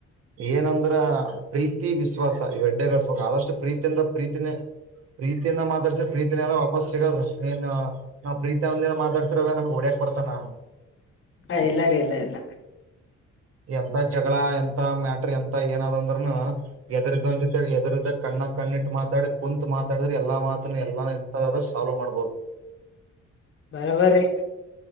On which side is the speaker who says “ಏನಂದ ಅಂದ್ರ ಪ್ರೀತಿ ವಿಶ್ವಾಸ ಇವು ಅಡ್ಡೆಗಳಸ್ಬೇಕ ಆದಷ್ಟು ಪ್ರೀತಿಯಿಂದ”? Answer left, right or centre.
Right